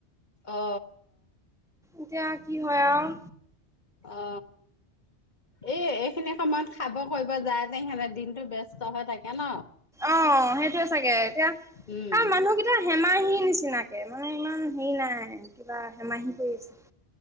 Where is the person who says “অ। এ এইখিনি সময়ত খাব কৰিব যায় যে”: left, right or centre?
Left